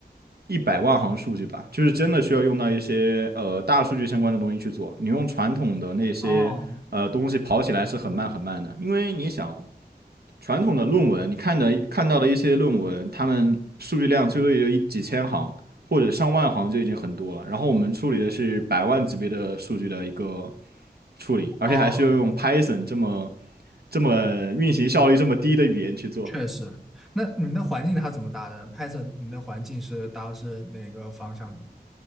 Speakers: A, on the right; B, in the centre.
A: 一百万行数据吧，就是真的需要用到一些呃大数据相关的东西去做。你用传统的那些呃东西跑起来是很慢很慢的，
B: 哦
A: 因为你想传统的论文，你看的看到的一些论文，他们数据量最多也就一几千行或者上万行就已经很多了。然后我们处理的是百万级别的数据的一个处理，而且还是要用
B: 哦，
A: Python 这么这么运行效率这么低的语言去做。
B: 确实。那你的环境它怎么搭的？拍摄你的环境是搭的是哪个方向的呢？